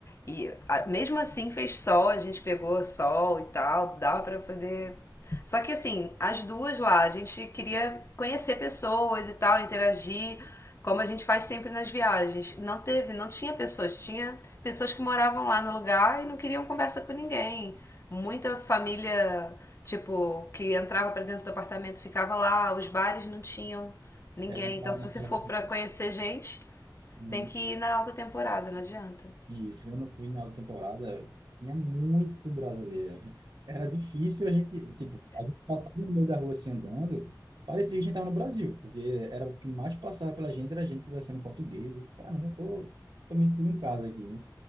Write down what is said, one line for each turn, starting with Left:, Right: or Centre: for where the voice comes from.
Left: E a- mesmo assim fez sol, a gente pegou sol e tal, dava pra poder. Só que assim, as duas lá, a gente queria conhecer pessoas e tal, interagir, como a gente faz sempre nas viagens. Não teve, não tinha pessoas, tinha pessoas que moravam lá no lugar e não queriam conversa com ninguém. Muita
Right: é
Left: família, tipo, que entrava pra dentro do apartamento ficava lá, os bares não tinham ninguém.
Right: é naquela,
Left: Então, se
Right: naquela
Left: você for
Right: região.
Left: pra conhecer gente,
Right: Uhum.
Left: tem que ir na alta temporada, não adianta.
Right: Isso, quando eu fui na outra temporada, tinha muito brasileiro. Era difícil a gente, tipo, a gente passava no meio da rua assim andando, parecia que a gente estava no Brasil, porque era o que mais passava pela gente, era a gente conversando em português. Eu, Caramba, eu tô, tô me sentindo em casa aqui, né?